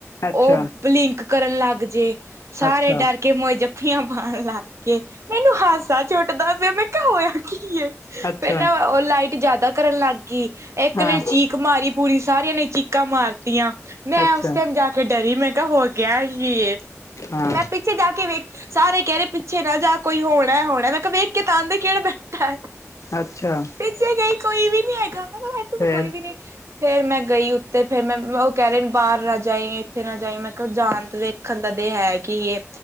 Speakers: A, on the left; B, on the right.
A: ਅੱਛਾ
B: ਉਹ ਬਲੀਂਕ ਕਰਨ ਲੱਗ ਜੇ ਸਾਰੇ
A: ਅੱਛਾ
B: ਡਰ ਕੇ ਮੋਏ, ਪਠੀਆਂ ਮਾਰਨ ਲਗ ਗਏ ਮੈਨੂੰ ਹਾਸਾ ਚੁਟਦਾ ਪਿਆ ਮੈਂ ਕਿਹਾ ਹੋਇਆ ਕੀ ਹੈ।
A: ਅੱਛਾ,
B: ਉਹ ਲਾਈਟ ਜਿਆਦਾ ਕਰਨ ਲੱਗ ਗਈ ਇੱਕ
A: ਹਾਂ
B: ਨੇ ਚੀਕ ਮਾਰੀ ਪੂਰੀ ਸਾਰਿਆਂ ਨੇ ਚੀਕਾਂ ਮਾਰਤੀਆਂ ਮੈਂ
A: ਅੱਛਾ
B: ਉਸ ਟਾਈਮ ਜਾ, ਕੇ ਡਰੀ ਮੈਂ ਕਿਹਾ ਹੋ ਗਿਆ ਹੀ
A: ਹਾਂ
B: ਮੈਂ ਪਿੱਛੇ ਜਾ ਕੇ ਵੇਖ। ਸਾਰੇ ਕਹਿ ਰਹੇ ਪਿੱਛੇ ਨਾ ਜਾ ਕੋਈ ਹੋਣਾ, ਹੋਣਾ ਮੈਂ ਕਿਹਾ ਵੇਖ ਕੇ ਤਾਂ ਆਣ ਦੇ ਕਿਹੜਾ ਬੈਠਾ ਹੈ।
A: ਅੱਛਾ।
B: ਪਿੱਛੇ ਗਈ ਕੋਈ ਵੀ ਨੀ ਹੈਗਾ। ਮੈਂ ਇੱਥੇ
A: ਫੇਰ
B: ਤਾਂ ਕੋਈ ਵੀ ਨਹੀਂ। ਫਿਰ ਮੈਂ ਗਈ ਉੱਤੇ ਫਿਰ ਮੈਂ ਉਹ ਕਹਿ ਰਹੇ ਬਾਹਰ ਨਾ ਜਾਈ, ਇੱਥੇ ਨਾ ਜਾਈ। ਮੈਂ ਕਿਹਾ ਜਾਣ ਤੇ ਦੇ ਦੇਖਣ ਤਾ ਦੇ ਹੈ ਕਿ ਇਹ